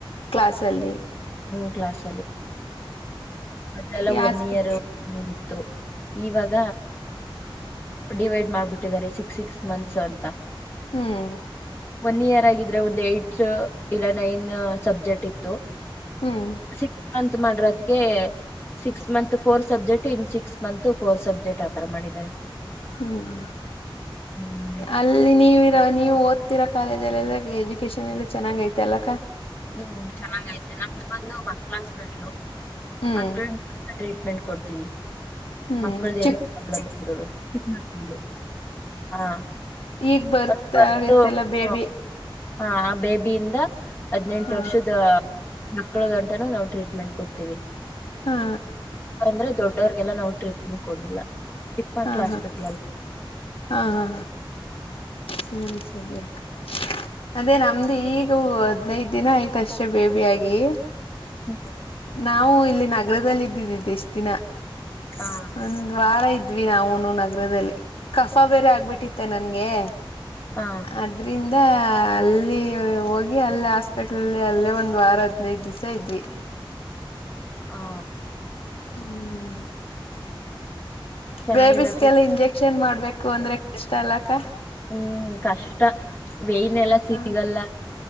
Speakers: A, on the left; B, on the left.
A: ಕ್ಲಾಸ್ ಅಲ್ಲಿ
B: ಮೂರು ಕ್ಲಾಸ್ಲ್ಲಿ ಮದಲ್ಲ
A: ಈ ಹಾಸ್ಪಿ
B: ಒನ್ ಇಯರ್ ಹಗಿತ್ತು ಇವಾಗ ಡಿವೈಡ್ ಮಾಡ್ಬಿಟ್ಟಿದ್ದಾರೆ ಸಿಕ್ಸ್ ಸಿಕ್ಸ್ ಮಂತ್ಸ್ ಅಂತ
A: ಹ್ಮ್
B: ಒನ್ ಇಯರ್ ಆಗಿದ್ರೆ ಒಂದು್ ಏಟ್ಸ್ ಇಲ್ಲ ನೈನ್ ಸಬ್ಜೆಕ್ಟ್ ಇತ್ತು
A: ಹ್ಮ್
B: ಸಿ ಮತ್ ಮಾಡ್ರ ಅದಗೆ six month four subject in six month four subject ಆತರ ಮಾಡಿದ್ದಾರೆ
A: ಹ್ಮ್
B: ಹ್ಮ್
A: ಅಲ್ಲಿ ನೀವ ನೀವು ಓದ್ತಿರಾ ಕಾಲೇಜ ಎಲ್ಲ ಎಜುಕೇಶನ್ ಎಲ್ಲ ಚೆನ್ನಾಗ ಐತೆ ಅಲ್ಲಕ್ಕ
B: ಹ್ಮ್ ಚೆನ್ನಾಗೈತೆ ನಮ್ದು ಬಂದು ಮಕ್ಳ ಹಾಸ್ಪಿಟ್ಲು
A: ಹ್ಮ್
B: ಮಕ್ಳ ಟ್ರೀಟ್ಮೆಂಟ್ ಕೊಡ್ತೀನಿ
A: ಹ್ಮ್
B: ಮಕ್ಕಳ್ದ
A: ಚಿಕ್ಕ
B: ನ ಪ್ರಾಬ್ಲಮ್ ಇದ್ೆ ಹಾ
A: ಈಗ್ ಬರ್ತಗೈತ್ತಲ್ಲ
B: ಅದು ಬರ್ತು
A: ಬೇಬಿ
B: ಆ ಹಾ ಬೇಬಿಯಿಂದ ಹದ್ಿನೆಂಟು
A: ಹಾ
B: ವರ್ಷದ ಮಕ್ಕಳ ಗಂಟನ ನಾವವು ಟ್ರೀಟ್ಮೆಂಟ್ ಕೊಡ್ತೀವಿ
A: ಹಾ
B: ಯಾಂದ್ರೆ ದೊಡ್ಡವ್ರಗೆಲ್ಲ ನಾವು ಟ್ರೀಟ್ಮೆಂಟ್ ಕೊಡಲ್ಲ ಚಕ್ ಮಾಡ
A: ಹಾ
B: ಕ್ಲಾಸ್ಪಟ್ಲಲ್ಲ
A: ಹಾ ಹಾ ಹಾ ಸರಿ ಸರಿ ಅ ಅದೇ ನಮ್ದು ಈಗ ಹದ್ನೈದ ದಿನ ಆಯ್ತ ಅಷ್ಟೇ ಬೇಬಿಯಗಿ
B: ಹ್ಮ್
A: ನಾವು ಇಲ್ಲಿ ನಗರದಲ್ಲಿ ಇದ್ದಿದ್ದಿದ್ದೆ ಎಷ್ಟ್ ದಿನ
B: ಆ
A: ಒಂದ್ ವಾರ ಇದ್ವಿ ನಾವುನು ನಗರದಲ್ಲಿ ಕಫಾ ಬೇರೆ ಆಗ್ಬಿಟ್ಟಿತ್ತೆ ನನ್ಗೆ
B: ಆ
A: ಅದ್ರಿಂದ ಮತ್ತ ಅಲ್ಲಿ ಹೋಗಿ ಅಲ್ಲೇ ಹಾಸ್ಪಿಟ್ಲ್ಲ್ಲಿ ಅಲ್ಲೇ ಒಂದ್ ವಾರ ಹದ್ನೈದು ದಿವ್ಸ ಇದ್ವಿ
B: ಹಾ
A: ಹ್ಮ
B: ಚೆನ್ನಾಗಿಲ್ಲ
A: ಬೇಬಿಸಸ್ಗೆಲ್ಲ ಇಂಜೆಕ್ಷನ್ ಮಾಡ್ಬೇಕು ಅಂದ್ರೆ ಕಷ್ಟ ಅಲ್ಲಕ್ಕ
B: ಹ್ಮ್ ಕಷ್ಟ ವೇನೆಲ್ಲ ಸಿಗಲ್ಲ
A: ಹ